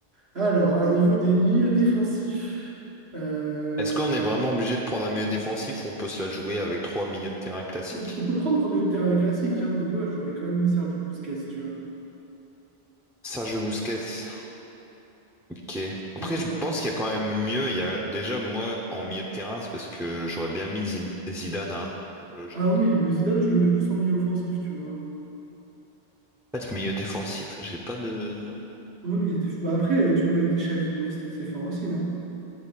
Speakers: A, on the right (about 80°); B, in the centre.
A: Alors, au niveau des milieux défensifs, euh,
B: Est-ce qu'on est vraiment obligé de prendre un milieu défensif ou on peut se la jouer avec trois milieux de terrain classiques?
A: On, on peut prendre un milieu de terrain classique, hein, mais moi j'aurais quand même mis Sergio Busquets, tu vois.
B: Sergio Busquets. Ok.
A: Qu'est-ce
B: Après,
A: que
B: je
A: t'en penses?
B: pense qu'il y a quand même mieux. Il y a déjà moi en milieu de terrain, c'est parce que j'aurais bien mis Zi- Zidane, hein. Logique.
A: Ah oui, mais Zidane, je le mets plus en milieu offensif, tu vois.
B: En fait, milieu défensif, j'ai pas de nom.
A: Ouais, mais il y a des- bah après, euh, tu peux mettre des Xavi, Iniesta, c'est fort aussi, hein.